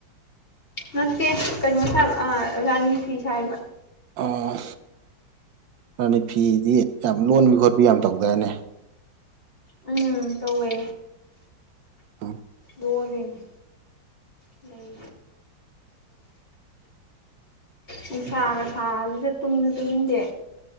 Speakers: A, on the left; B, on the right.
A: ꯅꯠꯇꯦ ꯀꯩꯅꯣ ꯁꯥꯏꯕ ꯑꯥ ꯔꯥꯅꯤ ꯐꯤ ꯁꯥꯏꯕ
B: ꯑꯣ ꯔꯥꯅꯤ ꯐꯤꯗꯤ ꯌꯥꯝ ꯂꯣꯟꯕꯤ ꯈꯣꯠꯄꯤ ꯌꯥꯝ ꯇꯧꯗꯥꯏꯅꯦ
A: ꯎꯝ ꯇꯧꯋꯦ
B: <inaudible>
A: ꯗꯣꯜꯂꯤꯅꯤ <unintelligible> ꯅꯨꯡꯁꯥꯒ
B: ꯍꯣꯏ
A: ꯁꯥꯕꯁꯤꯗ ꯇꯨꯝꯁꯨ ꯇꯨꯝꯅꯤꯡꯗꯦ